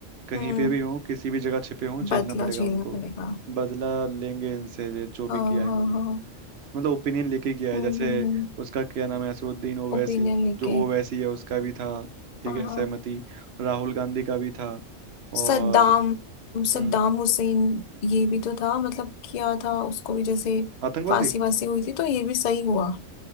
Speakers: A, on the right (about 60°); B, on the left (about 75°).
A: कहीं
B: हम्म,
A: पे भी हो किसी भी जगह छिपे हों झेलना
B: बदला
A: पड़ेगा
B: झेलना
A: उनको
B: पड़ेगा
A: बदला लेंगे इनसे ये जो भी
B: हाँ
A: किया
B: हाँ
A: है इन्होंने
B: हाँ
A: मतलब ओपिनियन लेके किया है
B: हम्म
A: जैसे उसका क्या नाम है असदुद्दीन ओवैसी
B: ओपिनियन लेके
A: जो ओवैसी है उसका भी था ठीक
B: हाँ
A: है
B: हाँ
A: सहमति राहुल गांधी का भी था और
B: सद्दाम सद्दाम
A: हम्म
B: हुसैन ये भी तो था मतलब किया था उसको भी जैसे
A: आतंकवादी
B: फांसी वासी हुई थी तो ये भी सही हुआ